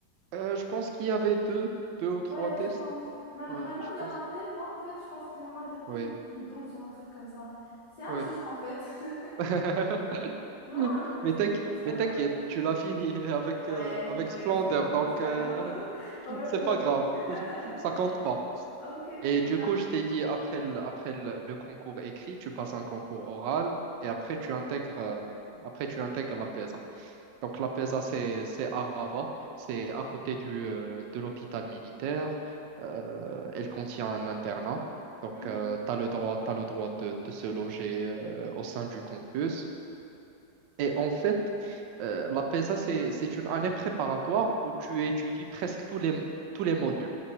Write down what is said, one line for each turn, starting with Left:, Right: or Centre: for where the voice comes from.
Right: Euh, je pense qu'il y avait deux, deux ou trois
Left: Ouais,
Right: tests.
Left: je pense. Man-
Right: Hein,
Left: Maintenant,
Right: je
Left: il y
Right: pense.
Left: en a tellement, en fait, je pense qu'il y en a depuis
Right: Oui.
Left: 2012 ou un truc comme ça. C'est injuste,
Right: Oui.
Left: en fait. <laughs>
Right: <laughs>
Left: Vraiment
Right: <laughs>
Left: injuste,
Right: Mais t'inqui-
Left: mais bon, c'est pas
Right: mais
Left: grave.
Right: t'inquiète, tu l'as fini <laughs> avec,
Left: Ouais,
Right: euh, avec
Left: ouais,
Right: splendeur,
Left: exactement,
Right: donc
Left: c'est pas
Right: euh,
Left: grave. <laughs>
Right: <laughs>
Left: Ouais,
Right: c'est
Left: ouais,
Right: pas
Left: ouais.
Right: grave,
Left: <laughs>
Right: <laughs> ça compte pas.
Left: Ok,
Right: Et
Left: trop bien.
Right: du coup, je t'ai dit, après le, après le, le concours écrit, tu passes un concours oral et après tu intègres, euh, après, tu intègres la PESA. Donc la PESA,
Left: Ok.
Right: c'est, c'est à Rabat, c'est à côté du, euh, de l'hôpital militaire. Euh, elle contient un internat. Donc,
Left: Mhm.
Right: tu as le droit, t'as le droit de, de se loger euh, au sein du campus. Et en fait, euh, la PESA, c'est, c'est une année préparatoire où tu étudies presque tous les, tous les modules.